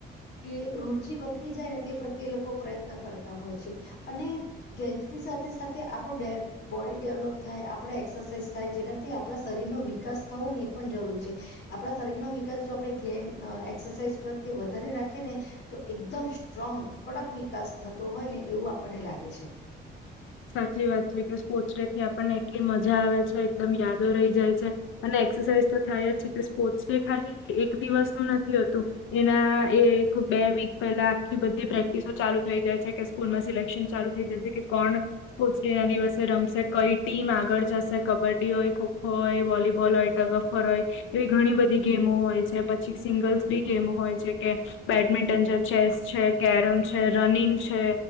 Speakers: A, on the left; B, on the left.
A: તે રુચિ વધતી જાય ને તે પ્રત્યે લોકો પ્રયત્ન કરતા હોય છે, અને ગેંગ્સની સાથે સાથે આપણો ડે બોડી ડેવલોપ થાય આપણે એક્સરસાઇઝ થાય જેનાથી આપણા શરીરનો વિકાસ થવો ને એ પણ જરૂરી છે. આપણા શરીર નો વિકાસ જો આપણે ગેમ એક્સરસાઇઝ પ્રત્યે વધારે રાખીએ ને. તો એકદમ સ્ટ્રોંગ કડક વિકાસ થતો હોય ને એવું આપણને લાગે છે.
B: સાચી વાત છે કે સ્પોર્ટ્સ ડે થી આપણને એટલી મજા આવે છે એકદમ યાદો રહી જાય છે. અને એક્સરસાઇઝ તો થાય જ છે કે સ્પોર્ટ્સ ડે ખાલી એક દિવસ ન નથીતું. એના એ એક બે વીક પહેલા આખી બધી પ્રેક્ટિસો ચાલુ થઈ જાય છે કે સ્કૂલમાં સિલેક્શન ચાલુ થઈ જશે કે કોણ સ્પોર્ટ્સ ડે ના દિવસે રમશે કઈ ટીમ આગળ જશે કબડ્ડી હોય ખોખો હોય વોલીબોલ હોય. ગોળાફોર હોય, એવી ઘણી બધી ગેમો હોય છે પછી સિંગલ્સ બી ગેમ હોય છે કે. બેડમિન્ટન છે ચેસ છે કેરમ છે રનિંગ છે